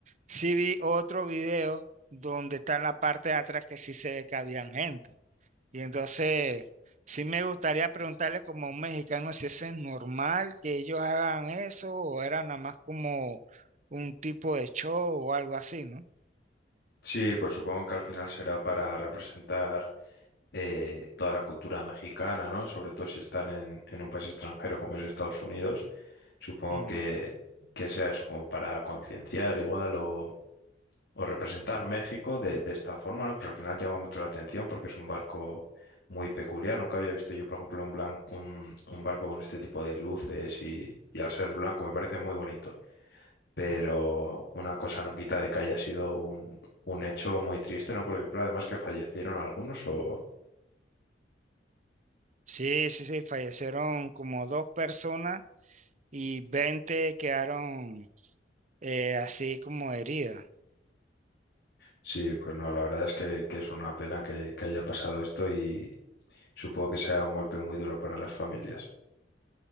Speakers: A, on the right; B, on the left.
A: sí vi otro video donde está en la parte de atrás que sí se ve que habían gente. Y entonces, sí me gustaría preguntarle como a un mexicano si eso es normal que ellos hagan eso o era nada más como un tipo de show o algo así, ¿no?
B: Sí, pues supongo que al final será para representar eh, toda la cultura mexicana, ¿no? Sobre todo si están en, en un país extranjero como es Estados Unidos. Supongo
A: Mm.
B: que, que sea eso como para concienciar igual o o representar México de, de esta forma, ¿no? Pues al final llama mucho la atención porque es un barco muy peculiar. Nunca había visto yo, por ejemplo, un, blan- un, un barco con este tipo de luces y, y al ser blanco me parece muy bonito. Pero una cosa no quita de que haya sido un, un hecho muy triste, ¿no? Porque creo además que fallecieron algunos o...
A: Sí, sí, sí, fallecieron como dos personas y 20 quedaron eh, así como heridas.
B: Sí, pues no, la verdad es que, que es una pena que, que haya pasado esto y supongo que sea un golpe muy duro para las familias.